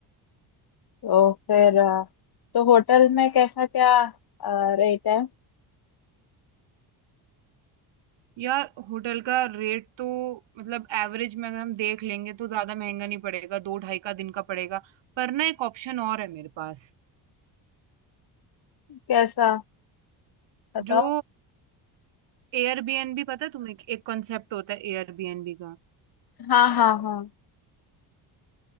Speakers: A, on the left; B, on the right.
A: तो फिर अ, तो होटल में कैसा क्या रेट है
B: यार होटल का रेट तो मतलब एवरेज में अगर हम देख लेंगे तो ज्यादा महंगा नहीं पड़ेगा दो ढाई का दिन का पड़ेगा पर ना एक ऑप्शन और है मेरे पास
A: कैसा बताओ
B: जो एयरबीएनबी पता है तुम्हें एक कॉन्सेप्ट होता है एयरबीएनबी का
A: हाँ हाँ हाँ